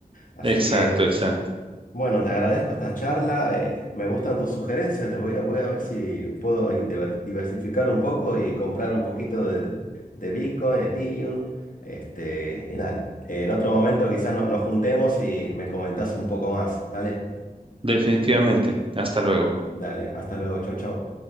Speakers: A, on the left; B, on the right.
A: Así
B: exacto,
A: que...
B: exacto.
A: Bueno, te agradezco esta charla. eh, me gustan tus sugerencias. Le voy a, voy a ver si puedo ahí diver- diversificar un poco y comprar un poquito de, de Bitcoin, Ethereum. Este, y dale. Eh, en otro momento quizás no- nos juntemos y me comentás un poco más. Dale,
B: Definitivamente. Hasta luego.
A: dale. Hasta luego. Chau, chau.